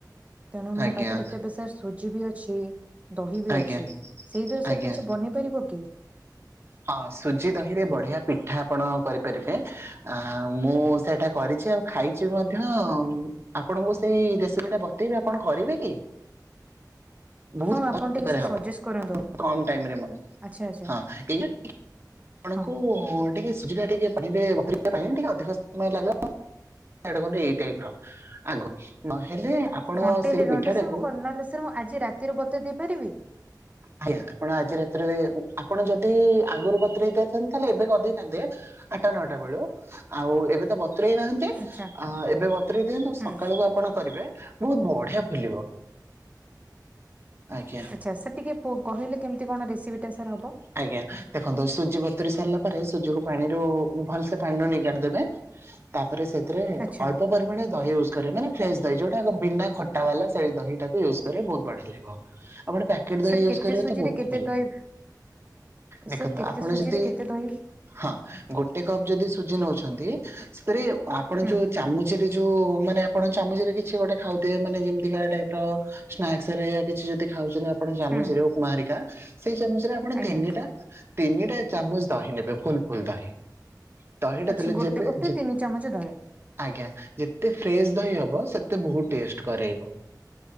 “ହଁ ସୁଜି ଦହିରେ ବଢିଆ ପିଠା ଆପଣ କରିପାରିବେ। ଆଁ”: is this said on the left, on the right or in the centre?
Right